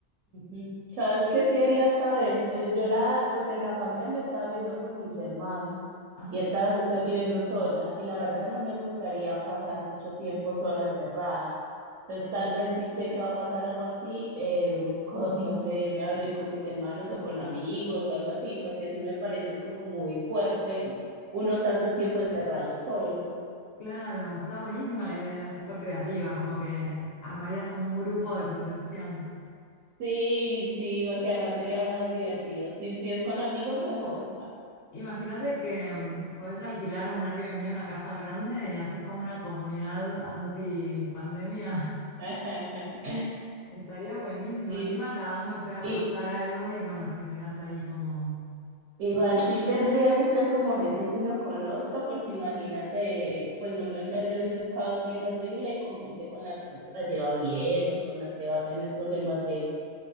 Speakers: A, on the right (about 80°); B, on the left (about 60°).
A: Ujú. ¿Sabes qué sí haría esta vez? Eh, Yo la, pues en la pandemia estaba viviendo con mis hermanos
B: Ajá,
A: y esta vez estoy viviendo sola y la verdad no me gustaría pasar mucho tiempo sola encerrada. Entonces tal vez si sé que va a pasar algo así, eh, busco, <laughs> no sé, irme a vivir con mis hermanos o con amigos o algo así, porque sí me parece como muy fuerte uno tanto tiempo encerrado solo.
B: claro, está buenísima la idea, súper creativa, como que armarías como un grupo de contención.
A: Sí, sí, porque además sería más divertido. Sí, sí, es con amigos mejor.
B: Imagínate que mm, podés alquilar un Airbnb, una casa grande y haces como una comunidad anti pandemia
A: <laughs>
B: Estaría buenísimo.
A: Sí,
B: Encima cada uno puede aportar
A: sí.
B: algo y bueno, generás ahí como...
A: Igual sí tendría que ser como gente que uno conozca, porque imagínate, pues uno en medio de un caos bien horrible y con gente con la que no se la lleva bien o con la que va a tener problemas de,